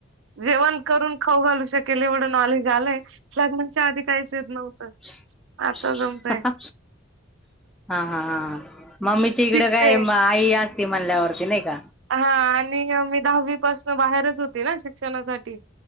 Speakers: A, on the right; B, in the centre.
A: जेवण करून खाऊ घालू शकेल एवढं नॉलेज आलंय. लग्नाच्याआधी काहीच येत नव्हतं.
B: <unintelligible>
A: आता जमतय
B: हा हा हा, मम्मीच्या इकडं
A: शिकते
B: काय आई असती म्हणल्यावरती नाही का.
A: हा आणि अ मी दहावी पासनं बाहेरच होती ना शिक्षणासाठी.